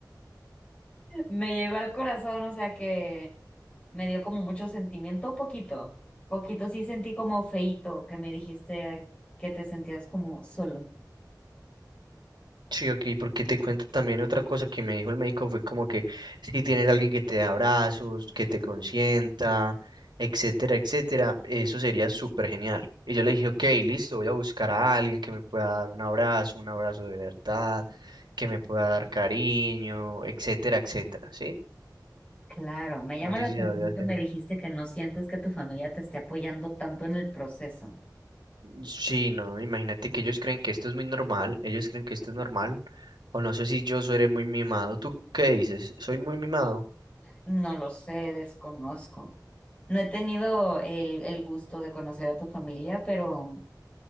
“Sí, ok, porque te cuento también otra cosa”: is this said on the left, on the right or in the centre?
Right